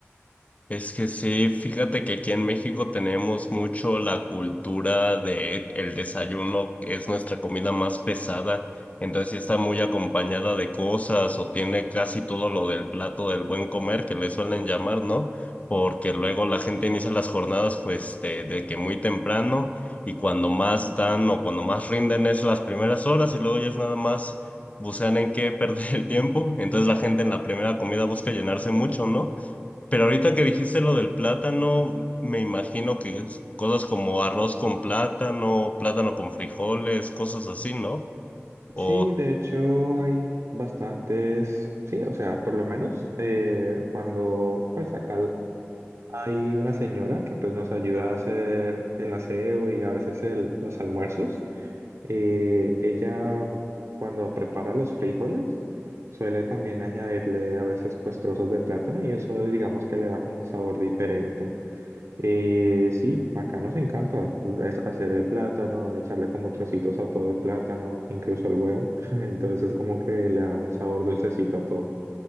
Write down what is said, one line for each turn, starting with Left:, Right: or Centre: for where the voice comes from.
Left: Es que sí, fíjate que aquí en México tenemos mucho la cultura de el desayuno, que es nuestra comida más pesada, entonces sí está muy acompañada de cosas o tiene casi todo lo del plato del buen comer que le suelen llamar, ¿no? Porque luego la gente inicia las jornadas pues de, de que muy temprano y cuando más dan o cuando más rinden es las primeras horas y luego ya es nada más bucean en qué <laughs> perder el tiempo, entonces la gente en la primera comida busca llenarse mucho, ¿no? Pero ahorita que dijiste lo del plátano, me imagino que es cosas como arroz con plátano, plátano con frijoles, cosas así, ¿no? O...
Right: Sí, de hecho hay bastantes, sí, o sea, por lo menos eh, cuando pues acá hay una señora que pues nos ayuda a hacer el aseo y a veces el- los almuerzos, eh, ella cuando prepara los frijoles suele también añadirle a veces pues trozos de plátano y eso digamos que le da como un sabor diferente. Eh, sí, acá nos encanta pues, es hacer el plátano, echarle como trocitos a todo el plátano, incluso el huevo. <laughs> Entonces es como que le da un sabor dulcecito a todo.